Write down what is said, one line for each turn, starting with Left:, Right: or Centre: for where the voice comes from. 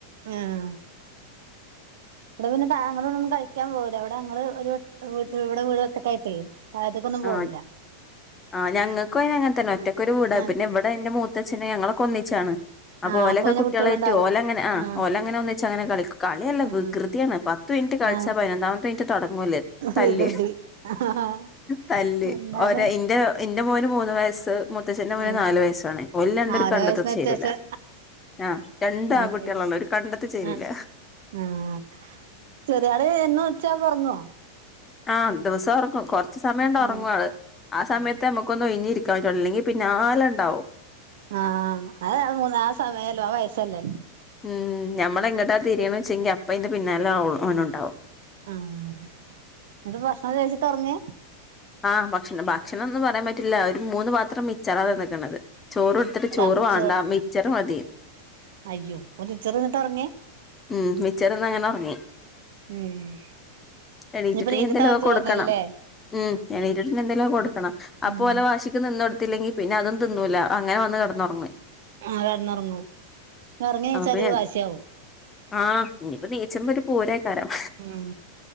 Right: ആഹ് ഇവിടെ പിന്നെ താങ്കളുടെ കൂടെയൊന്നും കളിക്കാൻ പോകില്ല. ഇവിടെ ഞങ്ങളൊരു വീട് <inaudible> ഇവിടെ വീടത്തൊക്കെ് തെ താഴത്തേക്കൊന്നും പോവൂല
Left: ആഹ് ആഹ്, ഞങ്ങക്കുഅതിനങ്ങനെ തന്നെയാ ഒറ്റക്കൊരു വീടാപിന്നെ
Right: ആഹ്
Left: ഇവിടെ എന്റെ മൂത്തച്ഛന് ഞങ്ങളൊക്കെഒന്നിച്ചാണ്. അപ്പൊ
Right: ആഹ്
Left: ഓലൊക്കെ
Right: പിന്നെ
Left: കുട്ടികളെയിറ്റു
Right: കുട്ടികളുണ്ടാവും
Left: ഓലങ്ങനെയാ
Right: ആഹ്
Left: ഓലങ്ങനെ ഒന്നി ച് അങ്ങനെ കളിക്കും കളിയല്ല
Right: ആഹ്
Left: വികൃതിയാണ് പത്തുമിനിറ്റുകളിച്ചാ
Right: ആഹ്
Left: പതിനൊന്നാമത്തെ മിനിറ്റുതുടങ്ങുവല്ലേ തല്ല്
Right: വികൃതി ആഹ്
Left: തല്ല്,
Right: എന്നാലും
Left: ഓര് ഇന്റെ എന്റെ മോന് മൂന്ന് വയസ്സ് മൂ മൂത്തച്ഛന്റെ മോന്‌
Right: ആഹ്
Left: നാലു വയസ്സാണേ ഓരുരണ്ടത്ത്
Right: ആഹ് ഓരോ
Left: കണ്ണെടുത്താചേരൂല
Right: വയസ്സിന് വ്യത്യാസം
Left: ആഹ് രണ്ടാൺകുട്ടികളുള്ളോര്
Right: അത് ശരി
Left: കണ്ണെടുത്താചേരൂല
Right: ആഹ് ആഹ് ചെറിയാളെന്നും ഉച്ചയാകുമ്പോ ഉറങ്ങുവോ
Left: ആമ്.. ദിവസം ഉറങ്ങും. കുറച്ചുസമയമുണ്ടേയുറങ്ങുമവള്
Right: ഉം
Left: ആ സമയത്തെ
Right: ആഹ്
Left: നമുക്കൊന്നു ഒഴിഞ്ഞിരിക്കാൻ പറ്റുള്ളൂ അല്ലെങ്കിൽ പിന്നാലെയുണ്ടാവും
Right: ആഹ് അതു ആമൂന്നാ ആ സമയമല്ലോ ആ വയസല്ലെ
Left: ഉം ഞമ്മളെങ്ങോട്ടാ തിരിയണേന്നു വെച്ചു ങ്കി അപ്പയിന്റെ പിന്നാലെ അവൾ അവനുണ്ടാവും
Right: ആഹ് എന്നിട്ടുഭക്ഷണം കഴിച്ചിട്ടായുറങ്ങിയെ
Left: ആഹ് ഭക്ഷണം, ഭക്ഷണമെന്നു പറയാൻ പറ്റില്ല ഒരുമൂന്നുപാത്രം മിച്ചറാ തിന്നേക്കണത് ചോറ്കൊടുത്തിട്ടു
Right: അതാ
Left: ചോറു വേണ്ടാ
Right: ചോ
Left: മിക്ച്ചറുമതി
Right: അയ്യോ, ഓൻ മിക്ച്ചറു തിന്നിട്ടാ ഉറങ്ങിയേ
Left: ഉം മിക്ച്ചറു തിന്നങ്ങനെ യുറങ്ങി
Right: ഉം
Left: എണീറ്റിട്ടെനി
Right: ഇനിയിപ്പോ നീച്ചിട്ടാവും
Left: ന്തെങ്കിലുമവൾക്കു
Right: ചോറിനല്ലല്ലേ
Left: കൊടുക്കണം ഉംഎണീറ്റിട്ടിനി ന്തെങ്കിലും കൊടുക്കണം അപ്പൊ
Right: ഉം
Left: ഓല വാശിക്കു നിന്നുകൊടുത്തില്ലെങ്കിൽ പിന്നെയതും തിന്നൂല അങ്ങനെ വന്നു കിന്നുറങ്ങി
Right: ആഹ് കിടന്നുറങ്ങും. ഉറങ്ങി എഴീചാലൊരു
Left: അപ്പൊ പിന്നെ
Right: വാശിയാവും
Left: ആഹ് ഇനിയിപ്പോ ദേച്ചം വരും പൂരെ കരം
Right: ഉം